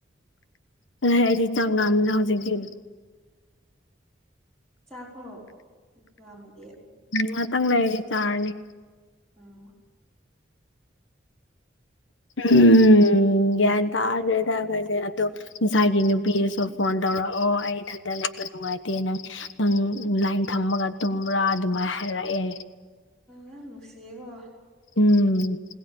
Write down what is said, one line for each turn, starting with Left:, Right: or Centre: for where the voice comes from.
Left: ꯑ ꯑꯩꯗꯤ ꯆꯥꯛꯂꯛꯑ ꯑꯃꯅ ꯍꯧꯖꯤꯛꯇꯤ ꯑꯗꯨꯝ
Centre: ꯆꯥꯛꯈꯣ ꯌꯥꯝꯝꯃꯗꯤ
Left: ꯎꯝ ꯇꯪ ꯂꯩꯔꯤ ꯆꯥꯔꯅꯤ
Centre: ꯎꯝ
Left: ꯎꯝ ꯌꯥ ꯇꯥꯔꯒꯗ ꯀꯗ ꯑꯣ ꯉꯁꯥꯒꯤ ꯅꯨꯄꯤꯗꯁꯨ ꯐꯣꯟ ꯇꯧꯔꯛꯑꯣ ꯑꯩ ꯏꯊꯟꯇ ꯂꯩꯕ ꯅꯨꯡꯉꯥꯏꯇꯦ ꯅꯪ ꯅꯪ ꯂꯥꯏꯟ ꯊꯝꯃꯒ ꯇꯨꯝꯕ꯭ꯔꯥ ꯑꯗꯨꯃꯥꯏꯅ ꯍꯥꯏꯔꯛꯑꯦ
Centre: ꯌꯥꯝ ꯅꯨꯡꯁꯤꯌꯦꯀꯣ
Left: ꯎꯝ